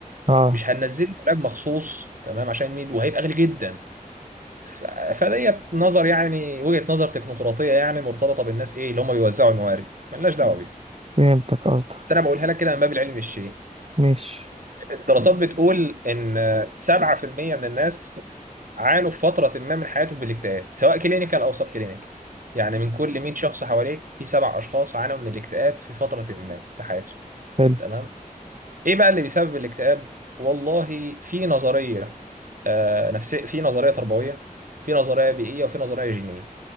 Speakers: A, on the right (about 45°); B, on the right (about 65°).
A: اه
B: مش هننزل لك علاج مخصوص تمام عشان 100 وهيبقى غالي جدا ف- فديت نظر يعني وجهة نظر تكنوقراطية يعني مرتبطة بالناس ايه اللي هم بيوزعوا الموارد ملناش دعوة بيها
A: فهمتك قصدك
B: بس انا بقولها لك كده من باب العلم الشيء
A: ماشي
B: <clears throat> الدراسات بتقول ان 7% من الناس عانوا في فترة ما من حياتهم بالاكتئاب سواء كلينيكال او سب كلينيكال يعني من كل 100 شخص حواليك في سبع اشخاص عانوا من الاكتئاب في فترة ما في حياتهم
A: حلو
B: تمام ايه بقى اللي بيسبب الاكتئاب والله في نظريه آه نفسيه في نظريه تربويه في نظريه بيئيه وفي نظريه جينيه